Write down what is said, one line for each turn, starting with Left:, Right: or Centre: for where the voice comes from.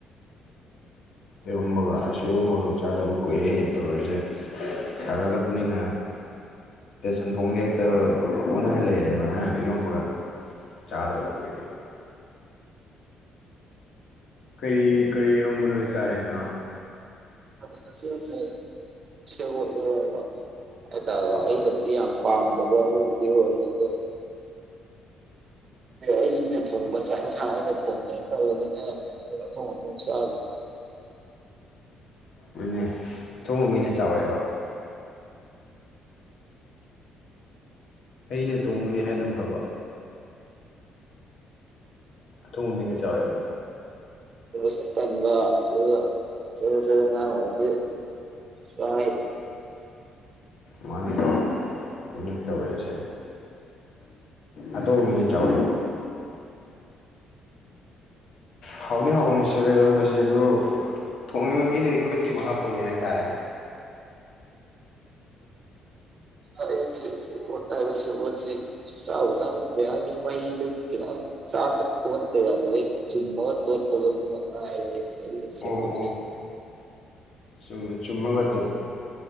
Left: ꯏꯔꯣꯝꯕꯒꯥ ꯑꯁ ꯏꯔꯣꯝꯕꯒꯥ ꯆꯥꯗꯕ ꯀꯨꯏꯔꯦ ꯇꯧꯔꯤꯁꯦ ꯁꯅꯥ ꯆꯠꯄꯥꯅꯤꯅꯥ ꯁꯟ ꯊꯣꯡꯗ ꯍꯦꯛꯇ ꯍꯣꯠꯅꯥꯔꯒꯥ ꯂꯩꯔꯦꯕ ꯍꯥ ꯏꯔꯣꯝꯕꯒ ꯆꯥꯗꯕ ꯀꯨꯏꯔꯦ ꯀꯔꯤ ꯀꯔꯤ ꯏꯔꯣꯝꯕꯅꯣ ꯆꯥꯔꯤꯅꯥ
Right: ꯉꯥꯁꯤꯁꯦ ꯁꯦꯕꯣꯠ ꯏꯔꯣꯝꯕ ꯍꯥꯏ ꯇꯥꯔꯦ ꯑꯩꯅꯥꯗꯤ
Left: ꯑꯁ
Right: <unintelligible> ꯄꯥꯝꯗꯕ ꯑꯗꯨꯕꯨꯗꯤ ꯑꯣꯏꯌꯦ ꯑꯗꯣ ꯑꯩꯅ ꯊꯣꯡꯕ ꯆꯥꯛꯟꯁꯥꯡ ꯑꯩꯅ ꯊꯣꯡꯕꯦꯅ ꯇꯧꯕꯅꯤꯅ ꯊꯊꯪꯁ
Left: ꯃꯣꯏꯅꯦ ꯊꯣꯡꯕ ꯃꯤꯅꯦ ꯆꯥꯎꯋꯦꯕ ꯑꯩꯅ ꯇꯣꯡꯕꯅꯤ ꯍꯥꯏꯗꯨꯝ ꯐꯕ ꯑꯊꯣꯡꯕ ꯃꯤꯅ ꯆꯥꯎꯋꯦꯕ
Right: ꯁꯨ ꯇꯟꯕ ꯑꯗꯨꯒ ꯆꯔꯦ ꯆꯔ ꯉꯥꯡ ꯑꯣꯏꯨꯔꯗꯤ ꯍ
Left: ꯃꯥꯏꯗꯣ ꯑꯗꯨꯅ ꯇꯧꯔꯛꯏꯁꯦ ꯑꯇꯣꯞꯄ ꯃꯤꯅ ꯆꯥꯎꯋꯤ꯫ ꯍꯥꯎꯗꯤ ꯍꯥꯎꯅꯤ ꯁꯕꯤꯏꯔꯣꯟꯕꯁꯤ ꯑꯗꯨ ꯊꯣꯡꯉꯤꯕ ꯃꯤꯗꯨꯒꯤ ꯈꯨꯠꯀꯤ ꯃꯈꯥ ꯄꯣꯜꯂꯤ ꯍꯥꯏꯇꯥꯔꯦ꯫
Right: ꯑꯩꯗꯤ ꯁꯦꯕꯣꯠ ꯍꯥꯏꯕ ꯁꯕꯣꯠꯁꯤ ꯁꯨꯡꯆꯕꯨ ꯆꯥꯅꯤꯡꯇꯔꯦ ꯍꯥꯏꯗꯤ ꯃꯍꯤꯗꯨ ꯆꯥꯛꯀ ꯇꯣꯠꯇ ꯌꯥꯗꯕꯩ ꯆꯨꯝꯃꯒ ꯇꯣꯠꯄꯗꯨ ꯑꯗꯨꯃꯉꯥꯏꯔꯦ ꯑꯩꯗꯤ ꯁꯦꯕꯣꯠꯁꯤ꯫
Left: ꯑꯣ ꯑꯣ ꯆꯨꯝ ꯆꯨꯝꯃꯒ